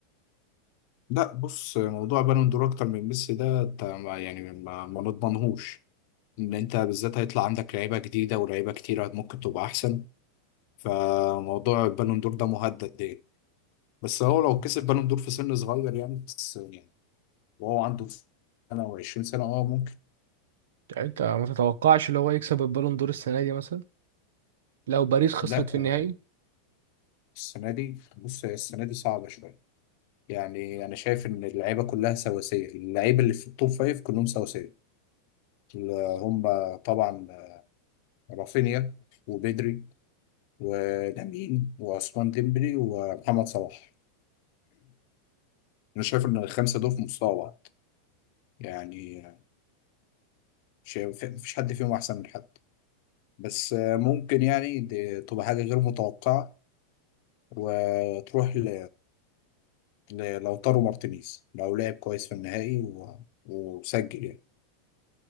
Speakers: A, on the left; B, on the right.
A: لا بص موضوع بالون دور اكتر من ميسي ده انت ما- يعني ما ما نضمنهوش ان انت بالذات هيطلع عندك لعيبه جديده ولاعيبه كتيره ممكن تبقى احسن فموضوع البالون دور ده مهدد يعني بس هو لو كسب بالون دور في سن صغير يعني بس يعني وهو عنده سنه و20 سنه اه ممكن
B: يعني انت ما تتوقعش اللي هو يكسب البالون دور السنه دي مثلا لو باريس خسرت
A: لا
B: في النهائي
A: آه، السنه دي بص هي السنه دي صعبه شويه يعني انا شايف ان اللعيبه كلها سواسيه اللعيبه اللي في التوب فايف كلهم سواسيه اللي هم طبعا رافينيا وبدري ولامين وعثمان ديمبلي ومحمد صلاح انا شايف ان الخمسه دول في مستوى بعض يعني شايف مفيش حد فيهم احسن من حد بس آه، ممكن يعني دي تبقى حاجه غير متوقعه وتروح ل... للوتارو مارتينيز لو لعب كويس في النهائي و... وسجل يعني